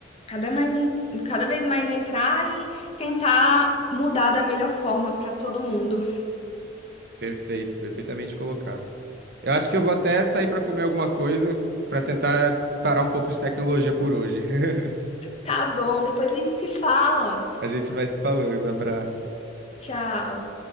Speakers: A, on the left (about 30°); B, on the right (about 55°).
A: Cada mais en- cada vez mais entrar e tentar mudar da melhor forma pra todo mundo.
B: Perfeito, perfeitamente colocado. Eu acho que eu vou até sair pra comer alguma coisa pra tentar parar um pouco de tecnologia por hoje. <laughs>
A: Tá bom, depois a gente se fala.
B: A gente vai se falando. Abraço.
A: Tchau.